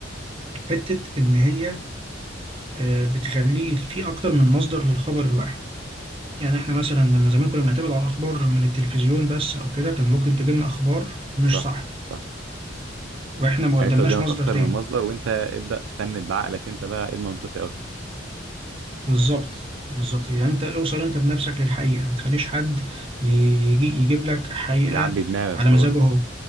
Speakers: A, on the right; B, on the right.
A: حتة إن هي آه، بتخلي في أكتر من مصدر للخبر الواحد يعني إحنا مثلا لما زمان كنا بنعتمد على الأخبار من التلفزيون بس أو كده كان ممكن تجيلنا أخبار مش
B: صح
A: صح
B: صح
A: وإحنا ما
B: يعني
A: قدمناش
B: انت قدامك
A: مصدر
B: اكتر
A: تاني
B: من مصدر وانت ابدا فند بعقلك انت بقى ايه المنطقي اكتر
A: بالظبط بالظبط يعني انت اوصل انت بنفسك للحقيقة ما تخليش حد يجي يجيب لك حقيقة
B: يعبي دماغك
A: على مزاجه
B: خلاص كده
A: هو